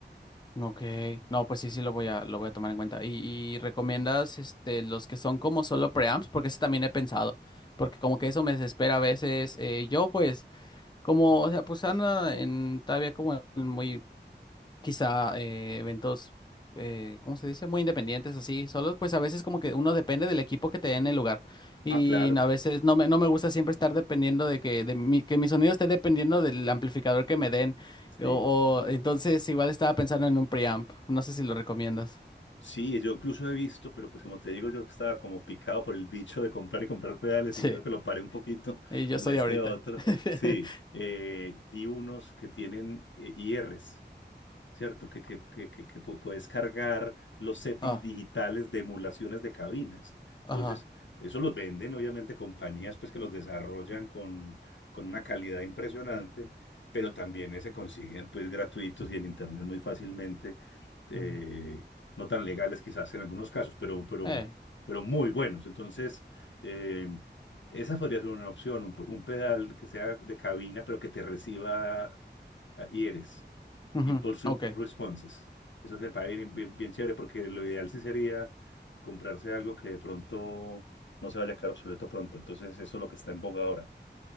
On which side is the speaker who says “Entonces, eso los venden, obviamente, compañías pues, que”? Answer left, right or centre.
Left